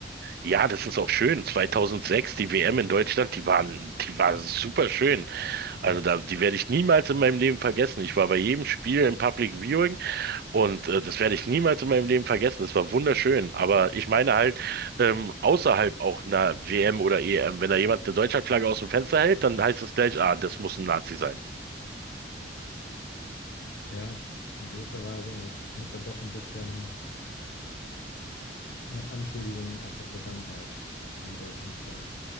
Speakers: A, on the right; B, on the left.
A: Ja, das ist auch schön. 2006, die WM in Deutschland, die waren, die war super schön.
B: Mhm.
A: Also da, die werde ich niemals in meinem Leben vergessen. Ich war bei jedem Spiel im Public Viewing. Und äh, das werde ich niemals in meinem Leben vergessen. Das war wunderschön. Aber ich meine halt, ähm, außerhalb auch einer WM oder EM, wenn da jemand eine Deutschlandflagge aus dem Fenster hält, dann heißt es gleich, ah, das muss ein Nazi sein.
B: Ja, in gewisser Weise hängt da doch ein bisschen noch Anschuldigungen aus der Vergangenheit am deutschen Volk.